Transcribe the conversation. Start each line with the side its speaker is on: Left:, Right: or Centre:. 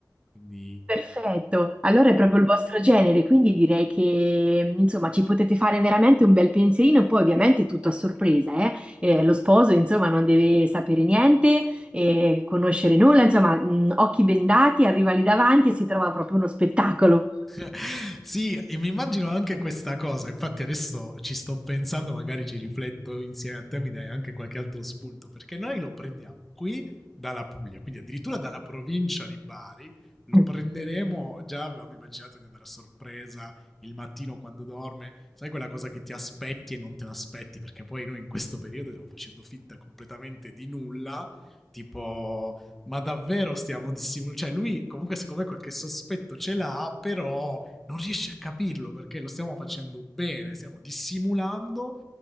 Centre: Quindi
Right: Perfetto, allora è proprio il vostro genere, quindi direi che insomma ci potete fare veramente un bel pensierino, poi ovviamente tutto a sorpresa, eh? Eh, lo sposo insomma non deve sapere niente, eh, conoscere nulla, insomma mm, occhi bendati, arriva lì davanti e si trova proprio uno spettacolo.
Centre: <laughs> sì, mi immagino anche questa cosa. Infatti, adesso ci sto pensando, magari ci rifletto insieme a te, mi dai anche qualche altro spunto. Perché noi lo prendiamo qui dalla Puglia, quindi addirittura dalla provincia di Bari. Lo
Right: <laughs>
Centre: prenderemo. Già avevo immaginato di andare a sorpresa il mattino quando dorme. Sai quella cosa che ti aspetti e non te l'aspetti? Perché poi noi in questo periodo stiamo facendo finta completamente di nulla tipo ma davvero stiamo dissimulando cioè lui comunque secondo me qualche sospetto ce l'ha però non riesci a capirlo perché lo stiamo facendo bene, stiamo dissimulando